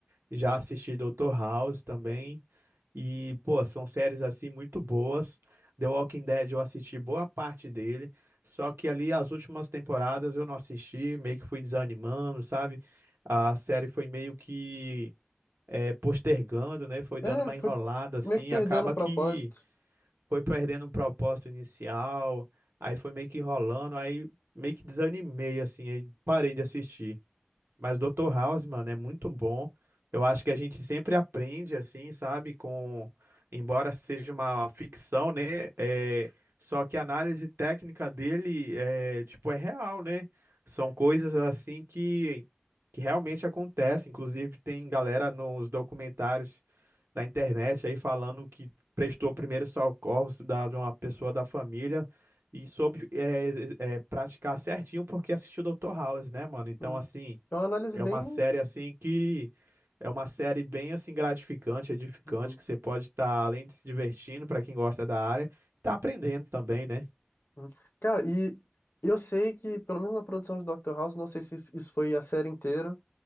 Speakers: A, on the right (about 75°); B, on the left (about 65°).
A: já assisti Dr. House também, e, pô, são séries assim muito boas. The Walking Dead eu assisti boa parte dele, só que ali as últimas temporadas eu não assisti, meio que fui desanimando, sabe? A série foi meio que eh, postergando, né? Foi
B: É,
A: dando uma enrolada
B: foi
A: assim,
B: meio que perdendo
A: acaba
B: o propósito.
A: que foi perdendo o propósito inicial, aí foi meio que enrolando, aí meio que desanimei assim, aí parei de assistir. Mas Doutor House, mano, é muito bom. Eu acho que a gente sempre aprende, assim, sabe? Com, embora seja uma ficção, né? É, só que a análise técnica dele é, tipo, é real, né? São coisas assim que, que realmente acontecem. Inclusive, tem galera nos documentários da internet aí falando que prestou primeiro socorros da, de uma pessoa da família e soube é, é, praticar certinho porque assistiu Doutor House, né, mano? Então,
B: Uhum.
A: assim.
B: É uma análise
A: É
B: bem.
A: uma série assim que é uma série bem assim gratificante, edificante,
B: Uhum,
A: que você pode estar além de se divertindo para quem gosta da área, tá aprendendo também, né?
B: uhum. Cara, e eu sei que, pelo menos na produção de Dr. House, não sei se isso foi a série inteira,